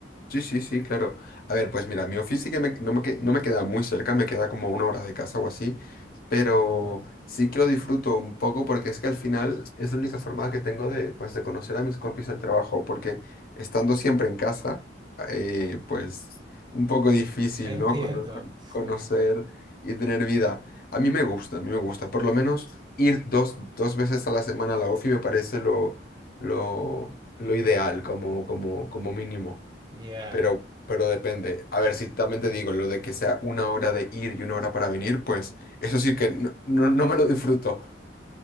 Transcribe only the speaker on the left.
Sí, sí, sí, claro. A ver, pues mira, mi office sí que me- no me, que- no me queda muy cerca, me queda como una hora de casa o así, pero
sí que lo disfruto un poco porque es que al final es la única forma que tengo de, pues, de conocer a mis compis del trabajo, porque estando siempre en casa, eh, pues un poco difícil,
¿no? Cono- con-
conocer y tener vida. A mí me gusta, a mí me gusta. Por lo menos ir dos, dos veces a la semana a la ofi me parece lo, lo, lo ideal como, como, como mínimo.
Pero, pero depende. A ver, si también te digo, lo de que sea una hora de ir y una hora para venir, pues eso sí que no, no- no me lo disfruto.